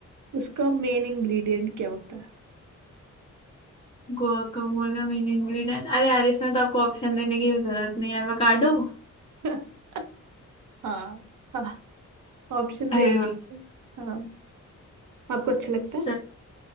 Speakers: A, on the right; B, on the left.
A: उसका मेन इंग्रेडिएंट क्या होता है
B: गुआकामोल का मेन इंग्रेडिएंट अरे यार इसमें तो आपको ऑप्शन देने की भी जरूरत नहीं है एवोकाडो
A: <laughs> हाँ हाँ ऑप्शन
B: अरे
A: दे
B: वाह
A: हाँ आपको अच्छा लगता है
B: सर